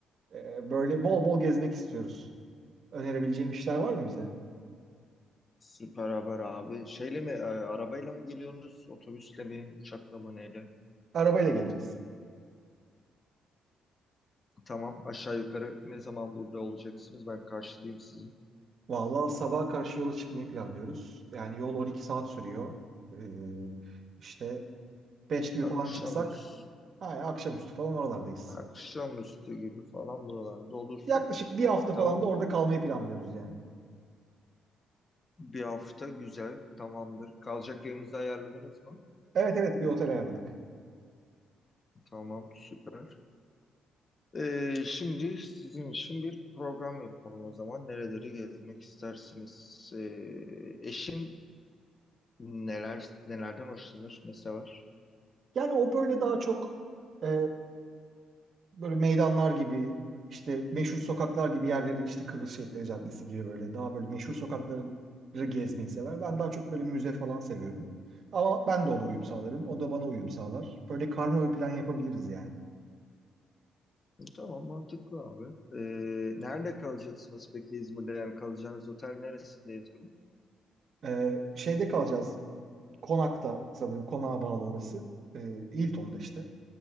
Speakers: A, on the right; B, on the left.
A: Ee, böyle bol bol gezmek istiyoruz. Önerebileceğim işler var mı bize?
B: Süper haber abi. Şeyle mi, e, arabayla mı geliyorsunuz? Otobüsle mi, uçakla mı neyle?
A: Arabayla geleceğiz.
B: Tamam aşağı yukarı ne zaman burada olacaksınız? Ben karşılayayım sizi.
A: Vallahi sabaha karşı yola çıkmayı planlıyoruz. Yani yol 12 saat sürüyor. Ee, işte 5 gibi
B: Akşamüstü,
A: falan çıksak, ay, akşamüstü falan oralardayız.
B: akşamüstü gibi falan buralarda olursunuz.
A: Yaklaşık bir hafta
B: Tamam.
A: falan da orada kalmayı planlıyoruz yani.
B: Bir hafta güzel, tamamdır. Kalacak yerinizi ayarladınız mı?
A: Evet evet bir otel ayarladık.
B: Tamam, süper. Ee, şimdi sizin için bir program yapalım o zaman. Nereleri gezmek istersiniz? Ee, eşin neler nelerden hoşlanır? Ne sever?
A: Yani o böyle daha çok e, böyle meydanlar gibi işte meşhur sokaklar gibi yerleri işte Kıbrıs Şehitleri Caddesi gibi böyle daha böyle meşhur sokakları gezmeyi sever. Ben daha çok böyle müze falan seviyorum. Ama ben de ona uyum sağlarım. O da bana uyum sağlar. Böyle karma bir plan yapabiliriz yani.
B: Tamam mantıklı abi. Ee, nerede kalacaksınız peki İzmir'de? Yani kalacağınız otel neresinde İzmir'in?
A: E, şeyde kalacağız. Konakta sanırım konağa bağlı orası. E, Hilton'da işte.